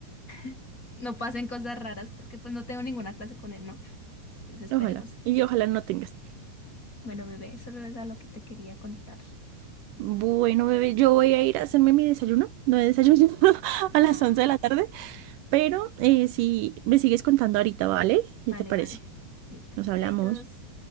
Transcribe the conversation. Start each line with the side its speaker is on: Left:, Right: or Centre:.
Left: <laughs> no pasen cosas raras porque pues no tengo ninguna clase con él, ¿no? Entonces esperemos.
Right: Ojalá. Y ojalá no tengas.
Left: Bueno, bebé, eso era lo que te quería contar.
Right: Bueno, bebé, yo voy a ir a hacerme mi desayuno. No he desayunado <laughs> a
Left: <gasps> ¡Ah!
Right: las 11 de la tarde. Pero eh, si me sigues contando ahorita, ¿vale? ¿Qué
Left: Vale,
Right: te parece?
Left: vale. Listo.
Right: Nos hablamos.
Left: Chaitos.